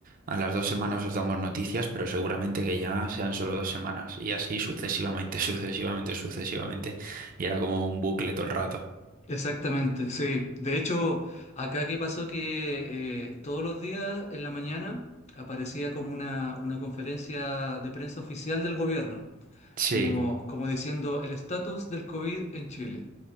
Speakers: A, on the right; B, on the left.
A: a las dos semanas os damos noticias, pero seguramente que ya sean solo dos semanas. Y así sucesivamente, <laughs> sucesivamente, sucesivamente. Y era como un bucle todo el rato.
B: Exactamente, sí. De hecho, acá qué pasó que eh, todos los días en la mañana aparecía como una, una conferencia de prensa oficial del gobierno,
A: Sí,
B: como, como diciendo el estatus del COVID en Chile.